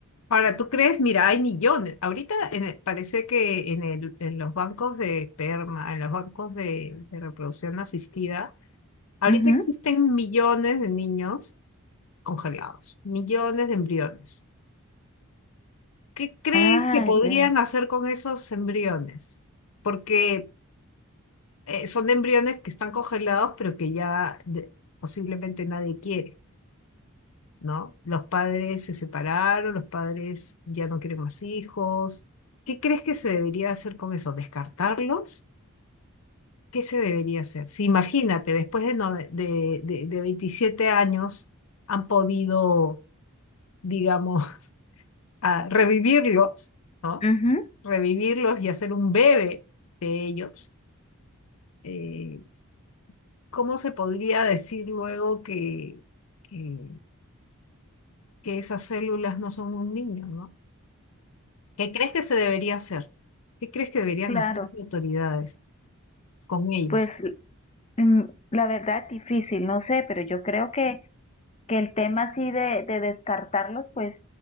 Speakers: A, on the left; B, on the left.
A: Ahora, ¿tú crees? Mira, hay millones. Ahorita en el- parece que en, el- en los bancos de esperma, en los bancos de de reproducción asistida, Ahorita
B: Ujú.
A: existen millones de niños congelados, millones de embriones. ¿Qué crees
B: Ah,
A: que podrían
B: vea.
A: hacer con esos embriones? Porque eh, son embriones que están congelados, pero que ya de- posiblemente nadie quiere, ¿no? Los padres se separaron, los padres ya no quieren más hijos. ¿Qué crees que se debería hacer con eso? ¿Descartarlos? ¿Qué se debería hacer? Si imagínate, después de, nove- de, de de 27 años han podido digamos, <laughs> a revivirlos, ¿no?
B: Ujú.
A: Revivirlos y hacer un bebé de ellos. eh, ¿cómo se podría decir luego que, que, que esas células no son un niño, ¿no? ¿Qué crees que se debería hacer? ¿Qué crees que deberían
B: Claro,
A: hacer las autoridades con ellos?
B: pues mm, la verdad difícil, no sé, pero yo creo que, que el tema así de, de descartarlos, pues